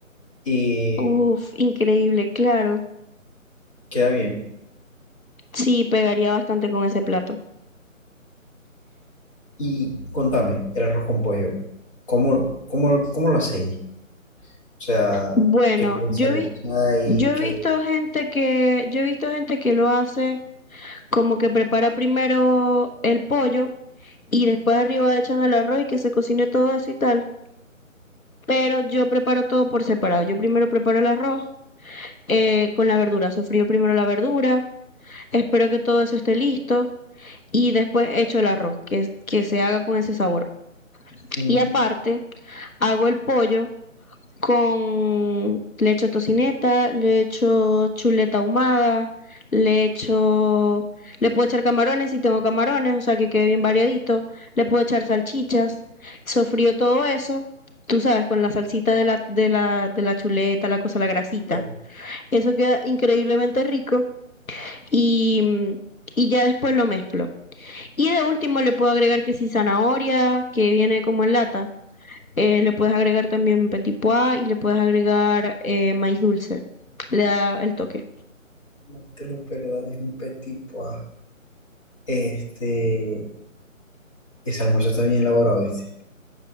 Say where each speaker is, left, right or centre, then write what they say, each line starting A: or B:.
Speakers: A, on the left; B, on the left.
A: y
B: Uf, increíble, claro.
A: queda bien.
B: Sí, pegaría bastante con ese plato.
A: Y contame, el arroz con pollo, ¿cómo, cómo, cómo lo hacéis? O sea,
B: Bueno,
A: ¿qué prensa
B: yo
A: le
B: he visto
A: echáis?
B: Yo he visto
A: ¿Qué...?
B: gente que, yo he visto gente que lo hace como que prepara primero el pollo y después arriba echan el arroz y que se cocine todo eso y tal. Pero yo preparo todo por separado. Yo primero preparo el arroz eh, con la verdura. Sofrío primero la verdura, espero que todo eso esté listo y después echo el arroz, que, que se haga con ese sabor.
A: Mm,
B: Y aparte, hago el pollo con, le echo tocineta, le echo chuleta ahumada, le echo, le puedo echar camarones si tengo camarones, o sea que quede bien variadito, le puedo echar salchichas, sofrío todo eso, tú sabes, con la salsita de la, de la, de la chuleta, la cosa, la grasita.
A: no,
B: Eso queda increíblemente rico y, mm, y ya después lo mezclo. Y de último le puedo agregar que si zanahoria, que viene como en lata, eh, le puedes agregar también petit pois y le puedes agregar eh, maíz dulce. Le da el toque.
A: no te lo perdáis, un petit pois. Este... Ese almuerzo está bien elaborado, ¿viste?